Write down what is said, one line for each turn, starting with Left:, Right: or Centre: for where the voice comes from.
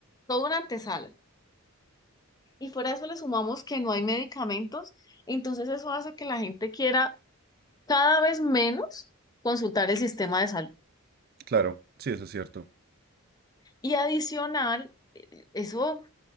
Left: toda una antesala. Y fuera de eso le sumamos que no hay medicamentos, entonces eso hace que la gente quiera cada vez menos consultar el sistema de salud.
Right: Claro, sí, eso es cierto.
Left: Y adicional, eh, eh, eso,